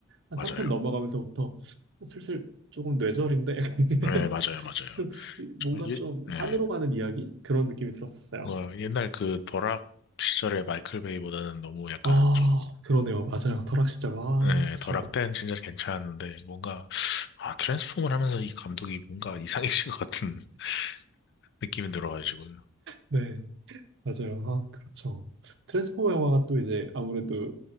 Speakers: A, on the right (about 60°); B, on the left (about 55°).
A: 한
B: 맞아요.
A: 3편 넘어가면서부터 슬슬 조금 뇌절인데, <laughs>
B: 네, 맞아요, 맞아요.
A: 좀 뭔가
B: 좀 예,
A: 좀
B: 네.
A: 산으로 가는 이야기? 그런 느낌이 들었었어요.
B: 뭔가 옛날 그 버락 시절의 마이클 베이보다는 너무 약간
A: 아,
B: 좀,
A: 그러네요. 맞아요. 설악시절. 아,
B: 예,
A: 그쵸.
B: 버락 땐 진짜 괜찮았는데, 뭔가, 아, 트랜스폼을 하면서 이 감독이 뭔가 이상해진 것 같은 <laughs> 느낌이 들어가지고.
A: 네, 맞아요. 아, 그렇죠. 트랜스포머 영화가 또 이제 아무래도